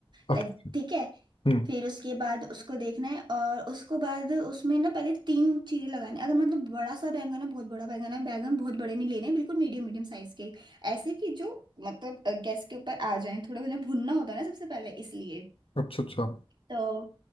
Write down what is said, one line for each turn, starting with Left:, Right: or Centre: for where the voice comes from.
Left: अ-
Right: लाइक ठीक है
Left: हम्म
Right: फिर उसके बाद उसको देखना है और उसको बाद उसमें ना पहले तीन चीरे लगाने अगर मतलब बड़ा सा बैंगन है बहुत बड़ा बैंगन है बैंगन बहुत बड़े नहीं लेने बिल्कुल मीडियम मीडियम साइज के ऐसे कि जो मतलब अ, गैस के ऊपर आ जाए थोड़े उन्हें भुनना होता है ना सबसे पहले इसलिए
Left: अच्छा अच्छा
Right: तो